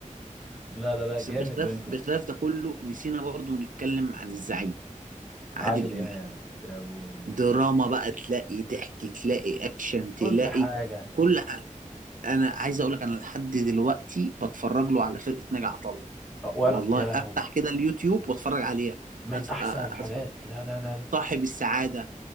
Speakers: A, in the centre; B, on the right.
A: لا لا لا
B: بس
A: جامد
B: بخلاف
A: بيومي فؤاد
B: بخلاف ده كله نسينا برضو نتكلم عن الزعيم عادل
A: عادل
B: إمام
A: امام يا ابو
B: دراما بقى تلاقي ضحك تلاقي اكشن تلاقي
A: كل حاجه
B: كل حاجة انا عايز اقول لك انا لحد دلوقتي بتفرج له على فرقة ناجي عطا الله
A: وانا
B: والله
A: يا لهوي
B: افتح كده اليوتيوب واتفرج عليها
A: من
B: أتف...
A: احسن
B: أ-
A: الحاجات لا لا لا
B: صاحب السعادة